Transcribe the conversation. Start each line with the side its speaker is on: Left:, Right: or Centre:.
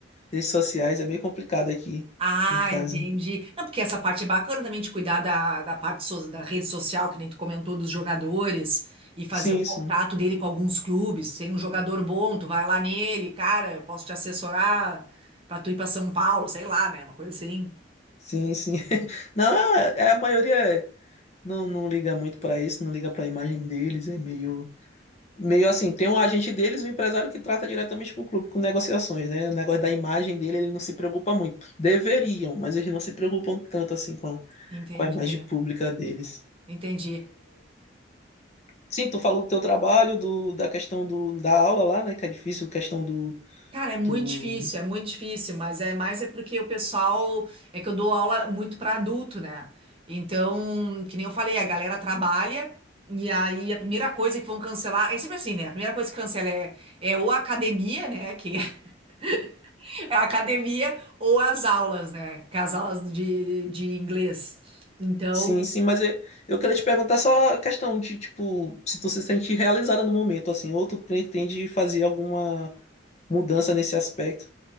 Left: redes sociais, é meio complicado aqui,
Right: Ah,
Left: no caso.
Right: entendi. Não, porque essa parte é bacana também de cuidar da, da parte so- da rede social, que nem tu comentou, dos jogadores, e fazer
Left: Sim,
Right: o contato
Left: sim.
Right: dele com alguns clubes. Tem um jogador bom, tu vai lá nele, cara, eu posso te assessorar pra tu ir pra São Paulo, sei lá, né? Uma coisa assim.
Left: Sim, sim. <laughs> Não, é, é, a maioria é. não, não liga muito pra isso, não liga pra imagem deles, é meio. Meio assim, tem um agente deles, um empresário que trata diretamente com o clube, com negociações, né? O negócio da imagem dele, ele não se preocupa muito. Deveriam, mas eles não se preocupam tanto assim com a,
Right: Entendi,
Left: com a imagem pública deles.
Right: entendi.
Left: Sim, tu falou do teu trabalho, do, da questão do, da aula lá, né? Que é difícil, questão do,
Right: Cara, é muito
Left: do...
Right: difícil, é muito difícil, mas é mais é porque o pessoal, é que eu dou aula muito para adulto, né? Então, que nem eu falei, a galera trabalha e aí a primeira coisa que vão cancelar, é sempre assim, né? A primeira coisa que cancela é, é ou a academia, né? Que <laughs> é a academia ou as aulas, né? Que é as aulas de, de inglês. Então,
Left: Sim, sim, mas eu, eu queria te perguntar só a questão de, tipo, se tu se sente realizada no momento, assim, ou tu pretende fazer alguma mudança nesse aspecto.